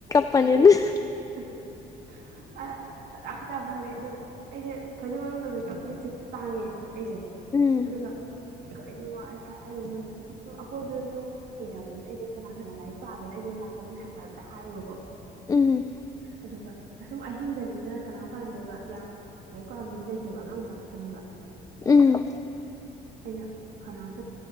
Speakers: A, on the left (about 20°); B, on the right (about 70°).
A: <unintelligible>
B: ꯑ ꯐꯗꯥꯛ ꯐꯗꯥꯛ ꯈꯥꯛꯂꯛꯑꯦ ꯑꯗꯨꯅ ꯑꯩꯖꯦ ꯐꯩꯖꯨꯞ ꯃꯅꯨꯡꯗ ꯗꯨꯒ ꯃꯤꯠꯁꯦ ꯄꯥꯡꯉꯦ ꯑꯩꯖꯦ
A: ꯎꯝ
B: ꯑꯗꯨꯒ ꯀꯩꯅꯣ ꯑꯩ ꯀꯗꯥꯥꯏꯗꯅꯣꯖꯦ ꯑꯗꯨꯝ ꯑꯀꯣꯏꯕꯗꯖꯨ ꯃꯤ ꯂꯩꯅꯕꯅꯤꯅ ꯑꯩꯖꯦ ꯀꯅꯥ ꯀꯅꯥ ꯂꯥꯏꯔꯤꯛ ꯄꯥꯒꯦꯅ ꯑꯩꯖꯦ ꯅꯥꯀꯣꯡꯗ ꯊꯥꯡꯒꯠꯂ ꯇꯥꯔꯦꯕꯀꯣ
A: ꯎꯝ
B: ꯑꯗꯨꯒ ꯑꯁꯨꯝ ꯑꯍꯤꯡꯗꯅꯤꯅ ꯀꯅꯥꯝ ꯄꯥꯅꯗꯦꯕ ꯌꯥꯝ ꯂꯥꯏꯔꯤꯛ ꯄꯥꯕ ꯃꯤꯁꯨ ꯂꯩꯇꯦꯕ ꯑꯉꯥꯡ ꯃꯆꯥ ꯇ ꯅꯦꯕ
A: ꯎꯝ
B: ꯑꯩꯅ ꯐꯅꯥ <unintelligible>